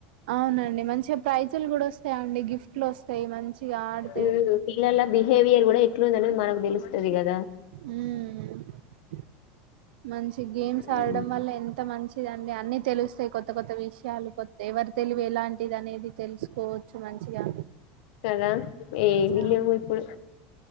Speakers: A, on the right; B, on the left.
A: అవునండి మంచిగా ప్రైజులు కూడా వస్తాయి అండి గిఫ్ట్లు వస్తాయి మంచిగా ఆడితేా
B: ఉమ్, పిల్లల బిహేవియర్ కూడా ఎట్లుంది అనేది మనకు తెలుస్తుంది కదా
A: ఆ మంచి గేమ్స్ ఆడడం
B: ఉమ్,
A: వల్ల ఎంత మంచి దండి అన్ని తెలుస్తాయి కొత్త కొత్త విషయాలు కొత్త ఎవరు తెలివి ఎలాంటిది అనేది తెలుసుకోవచ్చు మంచిగా
B: కదా ఏవి
A: అవున
B: లేవు ఇప్పుడు